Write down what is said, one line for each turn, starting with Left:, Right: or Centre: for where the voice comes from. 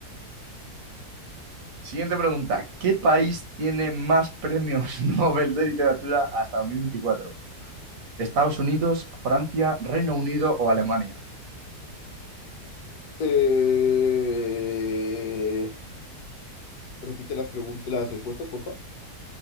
Right: Siguiente pregunta. ¿Qué país tiene más premios <laughs> Nobel de literatura hasta 2024? ¿Estados Unidos, Francia, Reino Unido o Alemania?
Left: Eh, repite las preguntas, las respuestas, por favor.